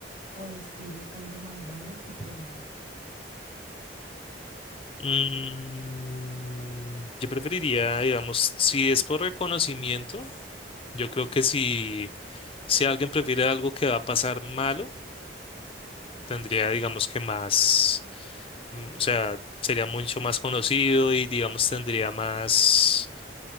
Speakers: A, on the right (about 50°); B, on the left (about 30°).
A: o descubrir algo malvado y prevenirlo?
B: Mm, yo preferiría, digamos, si es por reconocimiento, yo creo que si, si alguien prefiere algo que va a pasar malo, tendría, digamos, que más Mm, O sea, sería mucho más conocido y digamos tendría más...